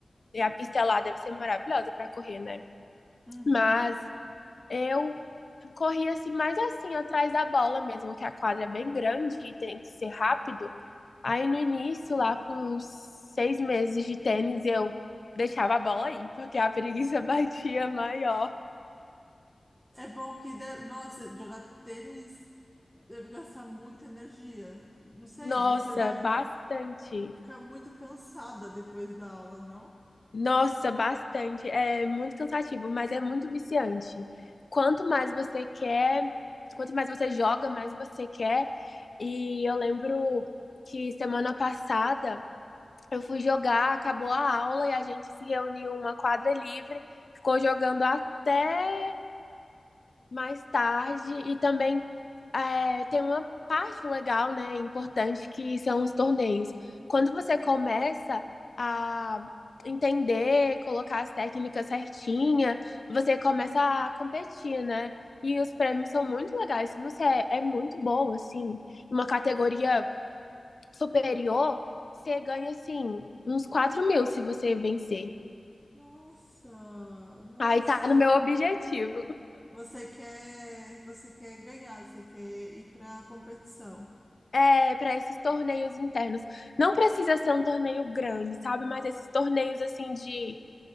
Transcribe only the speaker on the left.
E a pista lá deve ser maravilhosa pra correr, né?
Mas eu corria assim, mais assim, atrás da bola mesmo, que a quadra é bem grande e tem que ser rápido. Aí no início, lá com uns seis meses de tênis, eu deixava a bola aí, porque a preguiça <laughs> batia maior.
Nossa,
bastante.
Nossa, bastante. É muito cansativo, mas é muito viciante. Quanto mais você quer, quanto mais você joga, mais você quer. E eu lembro que semana passada Eu fui jogar, acabou a aula e a gente se reuniu em uma quadra livre, ficou jogando até mais tarde e também é, tem uma parte legal, né, importante que são os torneios. Quando você começa a entender, colocar as técnicas certinha, você começa a competir, né? E os
prêmios são muito legais. Se você é, é muito boa, assim, em uma categoria superior, você ganha, assim, uns quatro mil se você vencer.
Aí tá no meu objetivo,
é, para esses torneios internos. Não precisa ser um torneio grande, sabe? Mas esses torneios, assim, de...